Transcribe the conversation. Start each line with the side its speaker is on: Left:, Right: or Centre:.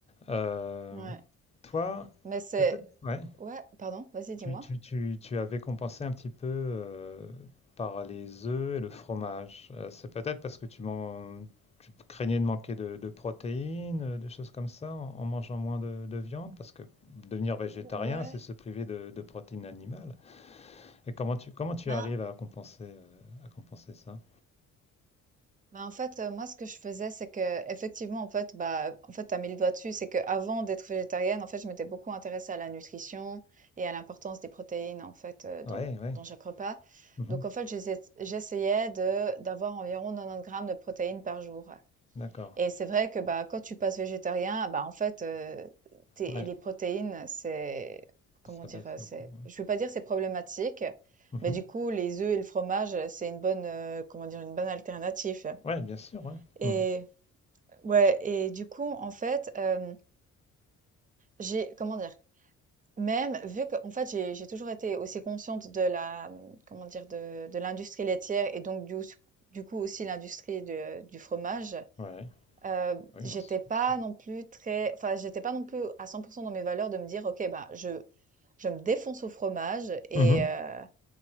Left: Euh,
Right: <laughs> Ouais.
Left: toi,
Right: Mais c'est...
Left: peut-être, ouais.
Right: Ouais, pardon, vas-y, dis-moi.
Left: Tu tu tu tu avais compensé un petit peu, heu, par les œufs et le fromage. Heu, c'est peut-être parce que tu man tu craignais de manquer de de protéines, heu, des choses comme ça, en en mangeant moins de de viande? Parce que devenir végétarien,
Right: Ouais.
Left: c'est se priver de de protéines animales et comment tu comment tu
Right: Ben,
Left: arrives à compenser, heu, à compenser ça?
Right: Bah, en fait, heu, moi, ce que je faisais, c'est que effectivement, en fait, bah, en fait, tu as mis le doigt dessus, c'est que avant d'être végétarienne, en fait, je m'étais beaucoup intéressée à la nutrition et à l'importance des protéines, en fait, heu, dans
Left: Ouais, ouais.
Right: dans chaque repas.
Left: Mmh
Right: Donc en fait, j'essai j'essayais de d'avoir environ 90 grammes de protéines par jour
Left: D'accord.
Right: et c'est vrai que, bah, quand tu passes végétarien, bah, en fait, heu, tu les
Left: Ouais,
Right: protéines, c'est comment
Left: ça
Right: dire?
Left: baisse
Right: Heu, c'est
Left: beaucoup, ouais.
Right: je veux pas dire c'est problématique,
Left: Mmh
Right: mais du coup, les œufs et le fromage, c'est une bonne, heu, comment dire? Une bonne alternative.
Left: Ouais, bien sûr, ouais.
Right: Et
Left: Mmh.
Right: ouais, et du coup, en fait, euh, j'ai, comment dire, même vu que, en fait, j'ai, j'ai toujours été aussi consciente de la, comment dire, de, de l'industrie laitière et donc du, du coup aussi l'industrie de- du fromage,
Left: Ouais.
Right: euh,
Left: Ah Oui,
Right: j'étais
Left: on se
Right: pas
Left: on
Right: non plus très, enfin, j'étais pas non plus à 100% dans mes valeurs de me dire, OK, bah, je, je me défonce au fromage et,
Left: Mmh
Right: euh,